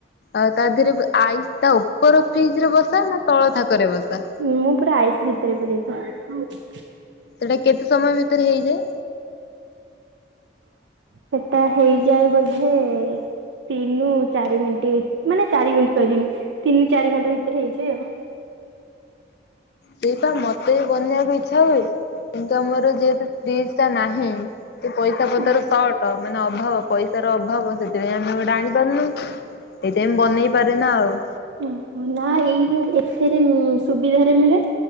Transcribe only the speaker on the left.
ଆଉ ତା ଦେହରେ ଆଇସ୍ ତା ଉପର ଫ୍ରିଜରେ ବସାଅ ନା ତଳ ଥାକରେ ବସାଅ।
ସେଟା କେତେ ସମୟ ଭିତରେ ହେଇଯାଏ।
ସେଇଟା ମତେ ବି ବନେଇବାକୁ ଇଚ୍ଛା ହୁଏ କିନ୍ତୁ ଆମର। ଯେହେତୁ ଫ୍ରିଜ ଟା ନାହିଁ ଟିକେ ପଇସା
ପତର ସଟ। ମାନେ ଅଭାବ ପଇସ ର ଅଭାବ ସେଥିପାଇଁ ଆମେ ଗୋଟେ ଆଣି ପାରୁନୁ। ଏଇଥିପାଇଁ ବନେଇ ପାରେ ନା ଆଉ।